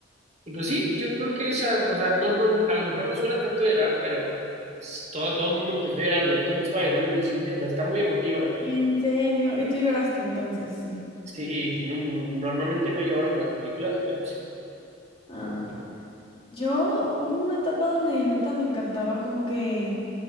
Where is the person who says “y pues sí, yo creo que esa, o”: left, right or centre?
Right